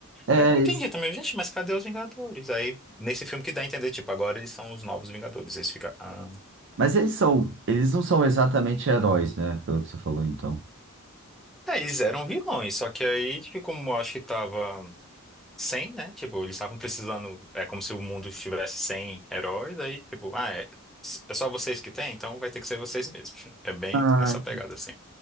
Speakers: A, on the right; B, in the centre.
A: É,
B: Eu não entendi
A: eles-
B: também, gente, mas cadê os Vingadores? Aí, nesse filme que dá a entender, tipo, agora eles são os novos Vingadores. Eles ficam. Ah.
A: mas eles são, eles não são exatamente heróis, né? Pelo que você falou, então.
B: É, eles eram vilões, só que aí, tipo, como eu acho que tava sem, né? Tipo, eles estavam precisando. É como se o mundo estivesse sem heróis, aí, tipo, ah, é, é só vocês que tem, então vai ter que ser vocês mesmos. <laughs> É bem
A: Ah,
B: nessa pegada, assim.